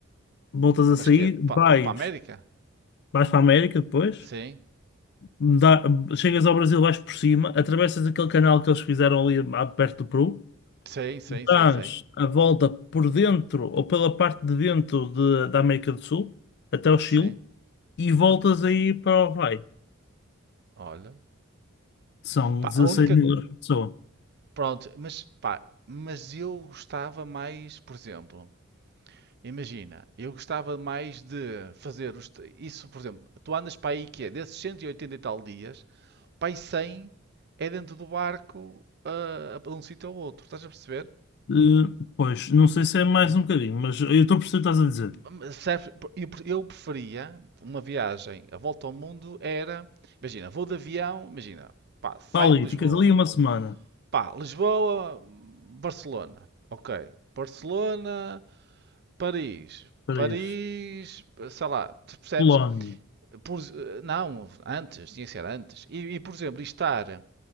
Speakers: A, on the left; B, on the right.
A: voltas a
B: Mas
A: sair,
B: que é? Para
A: vais,
B: a América?
A: vais para a América depois,
B: Sim,
A: dá- chegas ao Brasil, vais por cima, atravessas aquele canal que eles fizeram ali ah, perto do Peru,
B: sim, sim,
A: dás
B: sim, sim.
A: a volta por dentro ou pela parte de dentro de- da América do Sul até o Chile
B: Sim,
A: e voltas aí para o Havaí.
B: olha.
A: São
B: Pá,
A: 16
B: a única.
A: mil euros por pessoa.
B: Pronto, mas pá, mas eu gostava mais, por exemplo, imagina, eu gostava mais de fazer os t- isso, por exemplo, tu andas para aí que é desses 180 e oitenta e tal dias, para aí 100 é dentro do barco ah, de um sítio ao outro, estás a perceber?
A: Eh, pois, não sei se é mais um bocadinho, mas eu estou a perceber o que estás a dizer.
B: Mas sabes, Eu pre- eu preferia uma viagem, a volta ao mundo era, imagina, vou de avião, imagina, pá, saio
A: Para ali,
B: de Lisboa.
A: ficas ali uma semana.
B: Pá, Lisboa, Barcelona. Ok. Barcelona, Paris.
A: Paris,
B: Paris, sei lá, tu percebes?
A: Polónia.
B: Por- não, antes, tinha que ser antes. E, e, por exemplo, e estar, e